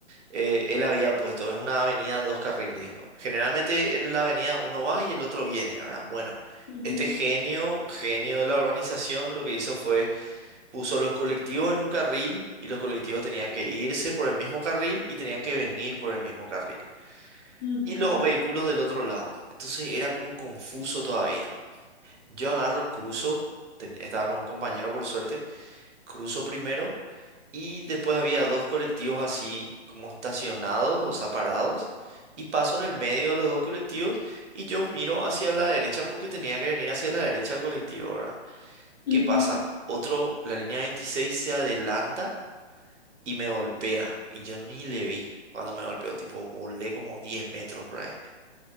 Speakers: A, on the right; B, on the left.
A: eh, él había puesto, es una avenida dos carriles. Generalmente en la avenida uno va y el otro viene, ¿verdad? Bueno,
B: Ujú,
A: este genio, genio de la organización, lo que hizo fue puso los colectivos en un carril y los colectivos tenían que irse por el mismo carril y tenían que venir por el mismo carril.
B: ujú,
A: Y los vehículos del otro lado. Entonces era como confuso todavía. Yo agarro, cruzo, ten- estaba con un compañero por suerte, cruzo primero y después había dos colectivos así como estacionados, o sea, parados. Y paso en el medio de los dos colectivos y yo miro hacia la derecha porque tenía que venir hacia la derecha del colectivo, ¿verdad?
B: ujú.
A: ¿Qué pasa? Otro, la línea 26 se adelanta y me golpea.
B: Oh.
A: Y yo ni le vi cuando me golpeó, tipo, volé como 10 metros por ahí